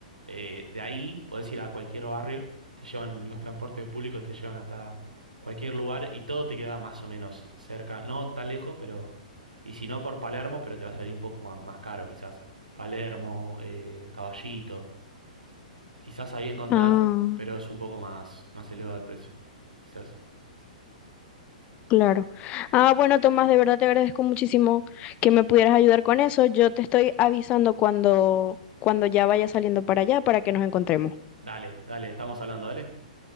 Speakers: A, on the right (about 80°); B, on the left (about 30°).
A: eh, de ahí podés ir a cualquier barrio, te llevan los transportes públicos, te llevan hasta cualquier lugar y todo te queda más o menos cerca, no tan lejos, pero, y si no por Palermo, pero te va a salir un poco más, más caro quizás, Palermo, eh, Caballito. Quizás ahí encontrás,
B: Ah.
A: pero es un poco más, más elevado el precio. Quizás.
B: Claro. Ah, bueno, Tomás, de verdad te agradezco muchísimo que me pudieras ayudar con eso. Yo te estoy avisando cuando, cuando ya vaya saliendo para allá para que nos encontremos.
A: Dale, dale, estamos hablando, dale.